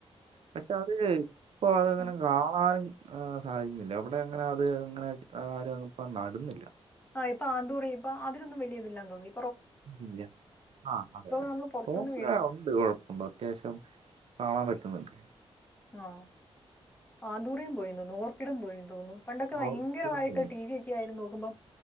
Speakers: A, on the right; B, on the left.
A: പക്ഷെ അത് ഇപ്പൊ അതങ്ങനെ
B: ഉം
A: കാണാറും സാധിക്കുന്നില്ല അവിടെ അങ്ങനെ അത് ഇങ്ങനെ ആരും ഇപ്പ നടുന്നില്ല
B: ആ ഇപ്പ ആന്തൂറി ഇപ്പ അതിനൊന്നും വലിയ ഇതില്ലാന്ന് തോന്നന്ന്
A: ഉം ആഹ് അതെ <unintelligible>
B: നമ്മള് പുറത്തുനിന്ന് മേടിക്കും
A: ഉണ്ട് കൊഴപ്പണ്ട് അത്യാവശ്യം കാണാൻ പറ്റുന്നുണ്ട്
B: ആ ആന്തൂറിയും പോയി തോന്നുന്നു ഓർക്കിഡും പോയി തോന്നുന്നു പണ്ടൊക്കെ ഭയങ്കരമായിട്ട്
A: ഓർക്കിഡും ഉണ്ട്.
B: ടി വി ഒക്കെ ആയിരുന്നു ക്കുമ്പോ